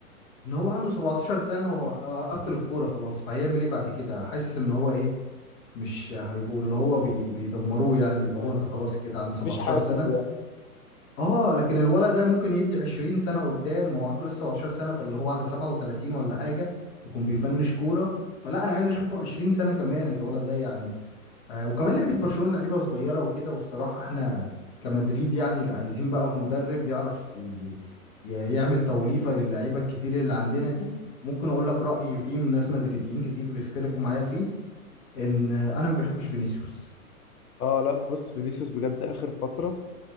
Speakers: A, on the left (about 30°); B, on the left (about 75°).
A: ان هو عنده 17 سنة وهو قفل الكورة خلاص فهيعمل ايه بعد كده حاسس ان هو ايه مش هيبقوا اللي هو بي بيدمروه يعني اللي
B: ايوه
A: هو انت
B: صح
A: خلاص كده عند 17
B: مفيش حافز
A: سنة
B: يعني
A: اه لكن الولد ده ممكن يدي 20 سنة قدام هو عنده لسه 17 سنة فاللي هو على 37 ولا حاجة يكون بيفنش كورة فلا انا عايز اشوفه 20 سنة كمان الولد ده يعني آه، وكمان
B: صح.
A: لعيبه برشلونه لعيبه صغيره وكده والصراحه احنا كمدريد يعني اللي عايزين بقى مدرب يعرف ي- ي- يعمل توليفه للعيبه الكتير اللي عندنا دي ممكن اقول لك رايي فيه من ناس مدريديين كتير بيختلفوا معايا فيه ان انا ما بحبش فينيسيوس
B: اه لا بص فينيسيوس بجد اخر فترة